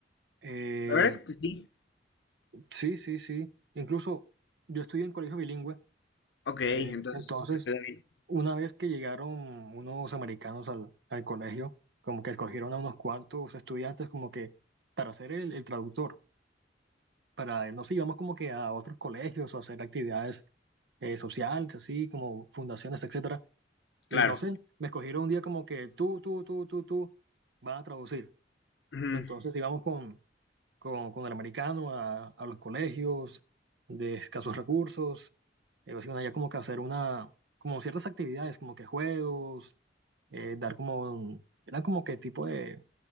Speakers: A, on the right (about 70°); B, on the left (about 70°).
A: Eh,
B: La verdad es que sí.
A: sí, sí, sí. Incluso yo estudié en colegio bilingüe,
B: Ok,
A: eh,
B: entonces
A: entonces
B: se te da bien.
A: una vez que llegaron unos americanos al, al colegio, como que escogieron a unos cuantos estudiantes como que para ser el, el traductor, para nos íbamos como que a otros colegios o hacer actividades eh, sociales, así como fundaciones, etcétera.
B: Claro.
A: Y no sé, me escogieron un día como que tú, tú, tú, tú, tú, van a traducir.
B: Ujú,
A: Entonces íbamos con con, con el americano a, a los colegios de escasos recursos, eh, básicamente ya como que hacer una, como ciertas actividades, como que juegos, eh, dar como, eran como que tipo de,